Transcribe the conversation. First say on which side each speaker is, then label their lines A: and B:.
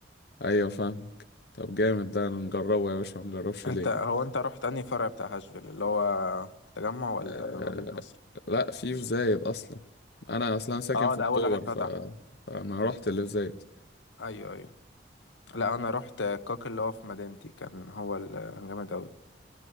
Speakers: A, on the left (about 60°); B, on the left (about 90°).
A: ايوه فاهم طب جامد ده نجربه يا باشا ما نجربش
B: انت
A: ليه
B: هو انت رحت انهي فرع بتاع هاشفيل اللي هو التجمع ولا
A: آه
B: مدينة نصر
A: لا في في زايد اصلا انا اصلا ساكن
B: اه
A: في
B: ده
A: اكتوبر
B: اول واحد فتح
A: ف... فانا رحت اللي في زايد
B: ايوه ايوه لا انا رحت كاك اللي هو في مدينتي كان هو ال- جامد اوي